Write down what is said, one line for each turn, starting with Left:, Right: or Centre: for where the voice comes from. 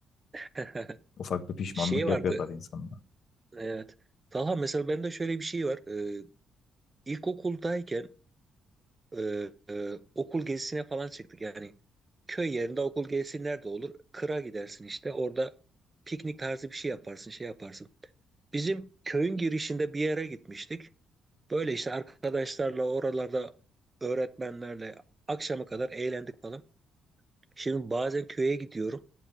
Right: <laughs>
Left: Ufak bir pişmanlık
Right: Şey
Left: yapıyor
Right: vardı.
Left: tabii insanda.
Right: Evet. Talha mesela bende şöyle bir şey var. Ee, ilkokuldayken e, e, okul gezisine falan çıktık. Yani köy yerinde okul gezisi nerede olur? Kıra gidersin işte. Orada piknik tarzı bir şey yaparsın, şey yaparsın. Bizim köyün girişinde bir yere gitmiştik. Böyle işte arkadaşlarla oralarda öğretmenlerle akşama kadar eğlendik falan. Şimdi bazen köye gidiyorum.